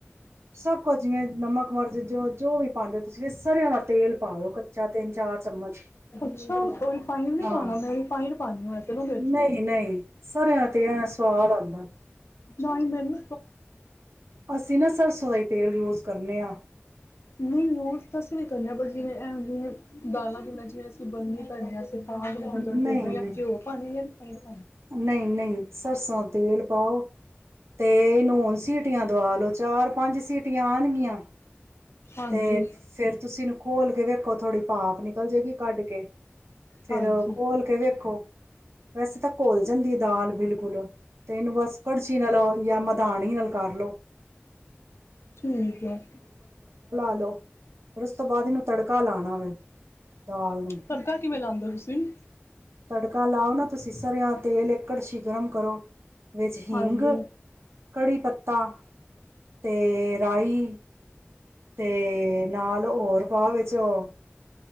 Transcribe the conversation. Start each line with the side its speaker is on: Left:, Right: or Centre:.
Right: ਸਭ ਕੁਛ ਜਿਵੇਂ ਨਮਕ ਮਰਜ ਜੋ ਜੋ ਵੀ ਪਾਉਂਦੇ ਹੋ ਤੁਸੀਂ ਇਹ ਸਾਰੇ ਹ ਤੇਲ ਪਾਓ ਕੱਚਾ ਤਿੰਨ ਚਾਰ ਚਮਚ
Left: ਅੱਛਾ ਉਹ ਰਿਫਾਈਡ ਨਹੀਂ
Right: ਹਾਂ
Left: ਪਾਉਣਾ ਮੈਂ ਰਿਫਾਈਡ ਪਾਉਂਦੀ ਵੈਸੇ ਨਾ ਉਹਦੇ ਵਿੱਚ।
Right: ਨਹੀਂ ਨਹੀਂ ਸਰਿਆ ਤੇ ਐ ਸਵਾਦ ਆਉਂਦਾ
Left: ਨ ਹੀ ਮਿਲਨ
Right: ਅਸੀਂ ਨਾ ਸਰਸੋਂ ਦਾ ਤੇਲ ਯੂਜ ਕਰਨੇ ਹਾਂ
Left: ਨਹੀਂ ਯ ਤਾਂ ਅਸੀਂ ਵੀ ਕਰੇ ਹ ਪਰ ਜਿਵੇਂ ਜਿਹੇ ਦਾਨਾਂ ਪੀ ਜਿਵੇਂ ਸੰਬੰਧਿਤ ਤਾਂ ਹੇ
Right: ਨਹੀਂ
Left: ਦੋੜੇ ਤੇ ਇਹਨ
Right: ਨਹੀਂ
Left: ਘਿਓ ਪਾਉਣੀ ਹੈ <unintelligible>
Right: ਨਹੀਂ ਨਹੀਂ ਸਰਸਾ ਤੇਲ ਪਾਓ ਤੇ ਇਹਨੂੰ ਹਣ ਸੀਟੀਆਂ ਦਵਾ ਲਓ ਚਾਰ ਪੰਜ ਸੀਟੀਆਂ ਆਣਗੀਆਂ
Left: ਹਾਂਜੀ
Right: ਤੇ ਫੇਰ ਤੁਸੀਂ ਘੋਲ ਕੇ ਵੇਖੋ ਥੋੜ੍ਹੀ ਪਾਪ ਨ ਬਦਲ ਜੇਗੀ ਕੱਢ ਕੇ ਫਿਰ
Left: ਹਾਂਜੀ
Right: ਘੋਲ ਕੇ ਵੇਖੋ ਵੈਸੇ ਤਾਂ ਕੋਲ ਜਾਂਦੀ ਦਾਲ ਬਿਲਕੁਲ ਤੇ ਇਹਨੂੰ ਬਸ ਕੜਛੀ ਨਾਲੋਂ ਜਾਂ ਮਦਾਨ ਨਾਲ ਕਾਰਲੋ
Left: ਠੀਕ ਹੈ
Right: ਲੋ ਫਰ ਉਸ ਤੋਂ ਬਾਅਦ ਇਹਨੂੰ ਤੜਕਾ ਲਾਉਣਾ ਵੇ ਦਾਲ ਨੂੰ
Left: ਤੜਕਾ ਕਿਵੇਂ ਲਾਉਂਦੇ ਹੋ ਤੁਸੀਂ
Right: ਤੜਕਾ ਲਾਓ ਨਾ ਤੁਸੀਂ ਸਰਿਆ ਤੇਲ ਇਕੜ ਸ਼ੀਗਰਮ ਕਰੋ ਵਿੱਚ ਹਿੰਗ
Left: ਹਾਂਜੀ
Right: ਕੜੀ ਪੱਤਾ ਤੇ ਰਾਈ ਤੇ ਨਾਲ ਹੋਰ ਹਾਂ ਵਿੱਚ ਉਹ